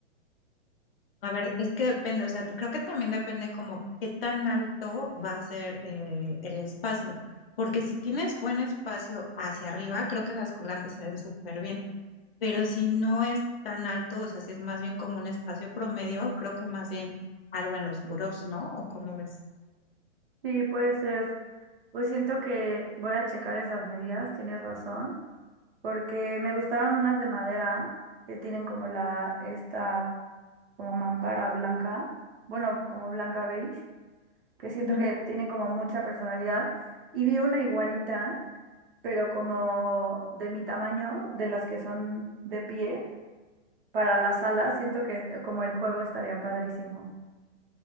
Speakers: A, on the left; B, on the right.
A: A ver, es que depende, o sea, creo que también depende como qué tan alto va a ser eh, el espacio, porque si tienes buen espacio hacia arriba, creo que las colgantes se ven súper bien, pero si no es tan alto, o sea, si es más bien como un espacio promedio, creo que más bien algo en los burós, ¿no? ¿O cómo ves?
B: Sí, puede ser. Pues siento que voy a checar esas medidas, tienes razón, porque me gustaron unas de madera que tienen como la esta como mampara blanca, bueno, como blanca beige, que siento
A: Ujú.
B: que tienen como mucha personalidad. Y vi una igualita pero como de mi tamaño, de las que son de pie, para la sala, siento que eh, como el juego estaría padrísimo.